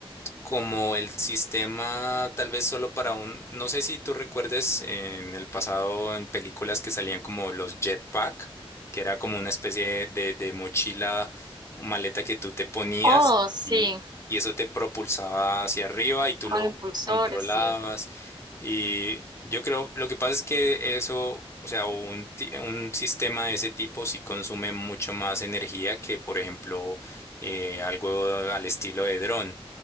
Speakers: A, on the left (about 25°); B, on the right (about 45°).
A: como el sistema tal vez solo para un, no sé si tú recuerdes en el pasado en películas que salían como los jetpack, que era como una especie de, de mochila o maleta que tú te ponías
B: Oh, sí,
A: y, y eso te propulsaba hacia arriba y tú
B: con
A: lo
B: impulsores,
A: controlabas.
B: sí,
A: Y yo creo, lo que pasa es que eso, o sea, o un, ti- un sistema de ese tipo sí consume mucho más energía que, por ejemplo, eh, algo al estilo de dron.